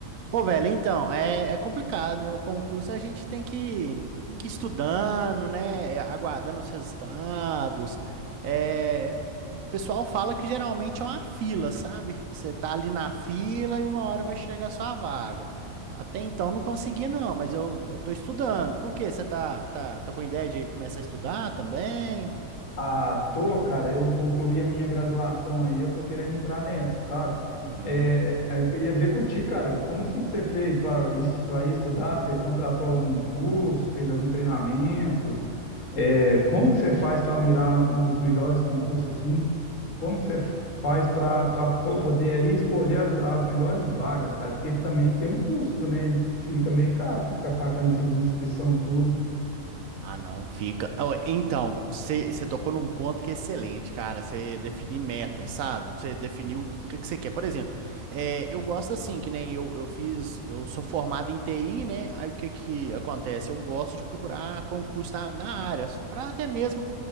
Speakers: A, on the right (about 80°); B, on the left (about 70°).
A: Ô, velho, então, é, é complicado, né? O concurso a gente tem que, tem que ir estudando, né? É, Aguardando os resultados. É, o pessoal fala que geralmente é uma fila, sabe? Você tá ali na fila e uma hora vai chegar a sua vaga. Até então não consegui, não, mas eu, eu tô estudando. Por quê? Você tá, tá, tá com ideia de começar a estudar também?
B: Ah, tô, cara. Eu concluí a minha graduação aí, eu tô querendo entrar nessa, sabe?
A: Uhum.
B: É, aí eu queria ver contigo, cara. Como assim que você fez para isso, para estudar? Você contratou algum curso, fez algum treinamento? É, como que você faz para mirar os melhores concursos assim? Como que você faz para poder aí escolher as, as melhores vagas, cara? Porque também tem um custo, né? Fica meio caro você ficar pagando essas inscrições tudo.
A: Ah, não fica. Ó, Então, você tocou num ponto que é excelente, cara. Você definir meta, sabe? Você definiu o que que você quer. Por exemplo, é, eu gosto assim, que nem eu, eu fiz, eu sou formado em TI, né? Aí o que que acontece? Eu gosto de procurar concurso na, na área, para até mesmo